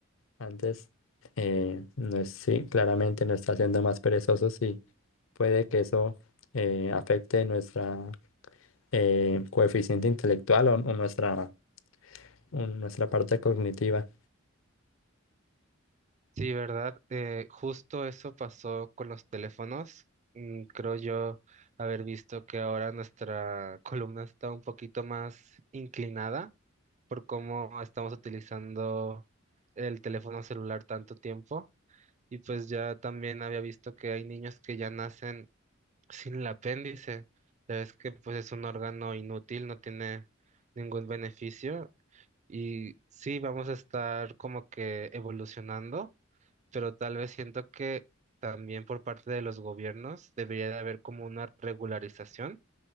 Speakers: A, on the left; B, on the right.
A: Antes, eh, no es, sí, claramente nos está haciendo más perezosos y puede que eso eh, afecte nuestra eh, coeficiente intelectual o, o nuestra un- nuestra parte cognitiva.
B: Sí, ¿verdad? Eh, justo eso pasó con los teléfonos. Mm, Creo yo haber visto que ahora nuestra <laughs> columna está un poquito más inclinada por cómo estamos utilizando el teléfono celular tanto tiempo. Y pues ya también había visto que hay niños que ya nacen Sin el apéndice, ya ves que pues es un órgano inútil, no tiene ningún beneficio y sí vamos a estar como que evolucionando, pero tal vez siento que también por parte de los gobiernos debería de haber como una regularización